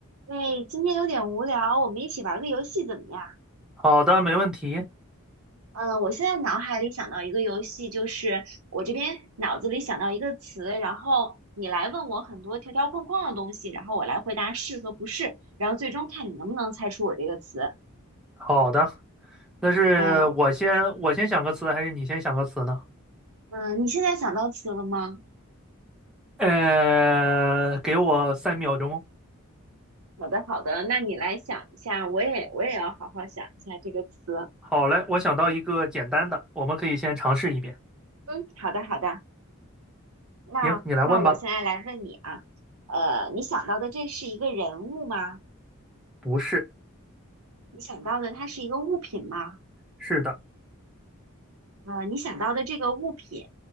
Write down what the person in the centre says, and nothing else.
好的，没问题。
好的，那是我先我先想个词，
还是你先想个词呢？
呃，给我三秒钟。
好嘞，我想到一个简单的，我们可以先尝试一遍。
行，你来问吧。
不是，
是的，